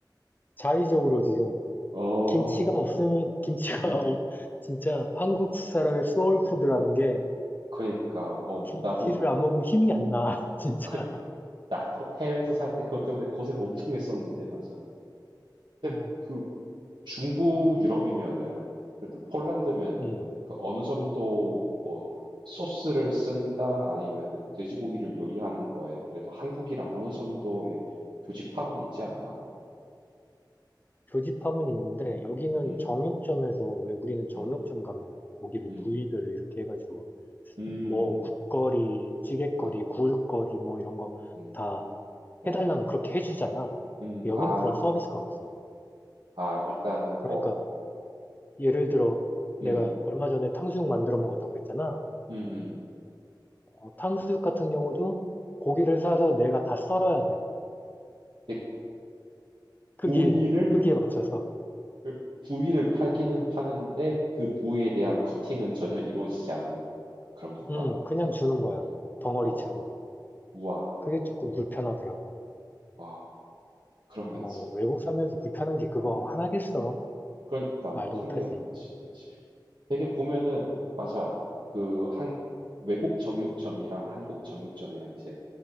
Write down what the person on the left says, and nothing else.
자의적으로 지금
김치가 없으면, 김치가
<laughs> 없- 진짜 한국 사람의 소울푸드라는 게
김치를
안 먹으면 힘이 안 나,
<laughs> 진짜.
어,
음.
교집합은 있는데, 여기는
정육점에서, 왜 우리는 정육점
가면 고기를
부위별로 이렇게 해가지고,
뭐, 국거리, 찌개거리,
구울거리, 뭐 이런 거
다
해달라면 그렇게 해주잖아.
여기는
그런 서비스가 없어.
그러니까,
예를 들어, 내가
얼마 전에 탕수육 만들어 먹었다고 했잖아.
어, 탕수육 같은 경우도 고기를 사서 내가 다 썰어야 돼.
크기,
크기에 맞춰서.
음, 그냥 주는 거야.
덩어리채로.
그게 조금 불편하더라고.
뭐, 외국 살면서 불편한 게 그거
하나겠어.
말도
못하지.